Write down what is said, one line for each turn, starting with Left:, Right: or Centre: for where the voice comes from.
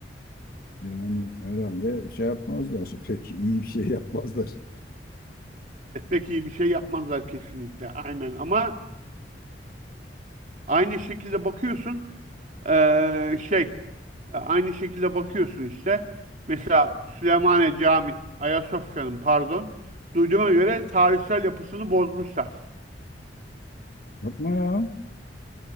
Left: Yani herhalde şey yapmazlar. <laughs> Pek iyi bir şey yapmazlar.
Right: E, pek iyi bir şey yapmazlar kesinlikle aynen ama aynı şekilde bakıyorsun e, şey E, Aynı şekilde bakıyorsun işte. Mesela Süleymaniye Cami Ayasofya'nın pardon, duyduğuma göre tarihsel yapısını bozmuşlar.
Left: Yapma ya.